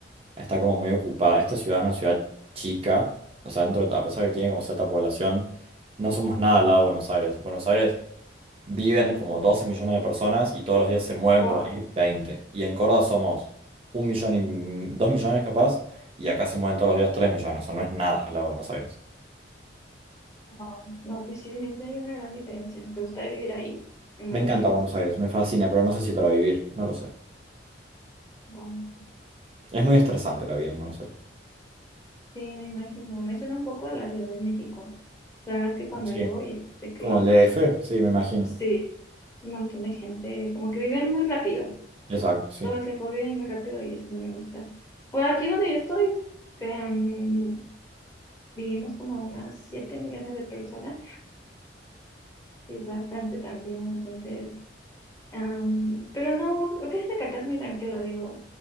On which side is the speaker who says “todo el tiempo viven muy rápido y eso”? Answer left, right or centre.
Left